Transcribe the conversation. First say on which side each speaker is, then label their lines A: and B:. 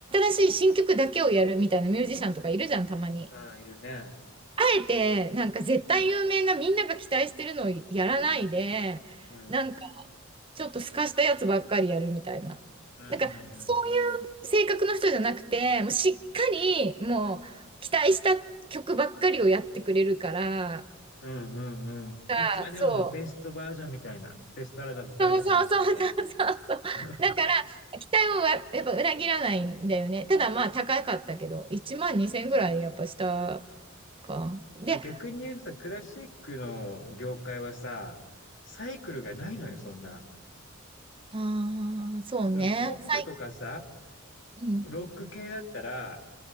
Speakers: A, on the right (about 25°); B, on the left (about 60°).
A: 新しい新曲だけをやるみたいなミュージシャンとかいるじゃん、たまに。
B: うん、いるね。
A: あえて、なんか絶対有名なみんなが期待してるのをやらないで、
B: うん、
A: なんかちょっとすかしたやつばっかりやるみたいな。
B: うん、うん、
A: なんかそういう性格の人じゃなくて、
B: うん。
A: もうしっかりもう期待した曲ばっかりをやってくれるから、
B: うん、うん、うん。
A: あそう。
B: いつまでもまあベストバージョンみたいな。ベストアルバムから出しましたみたいな。
A: そうそうそうそうそうそう。
B: <laughs>
A: だから、期待をややっぱ裏切らないんだよね。ただまあ高かったけど、1万2千円ぐらいやっぱしたか。で、
B: でも逆に言うとさ、クラシックの業界はさ、サイクルがないのよ、そんな。
A: ああー、そうね。
B: そのポップとかさ、
A: 最うん、
B: ロック系だったら、